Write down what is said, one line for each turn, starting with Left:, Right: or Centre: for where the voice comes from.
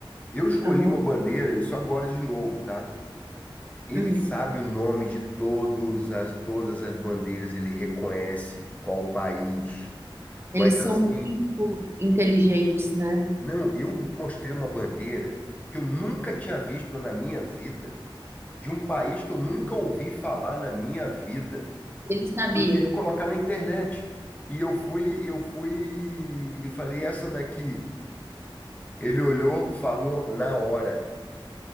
Left: Eu escolhi
Right: Aham.
Left: uma bandeira, isso agora de novo, tá? Ele
Right: Hum.
Left: sabe o nome de todos as, todas as bandeiras, ele reconhece qual país.
Right: Eles
Left: Mas assim,
Right: são muito inteligentes, né?
Left: não, eu mostrei uma bandeira que eu nunca tinha visto na minha vida, de um país que eu nunca ouvi falar na minha vida.
Right: Ele sabia.
Left: Eu tive que colocar na internet. E eu fui, eu fui e falei, essa daqui. Ele olhou, falou na hora.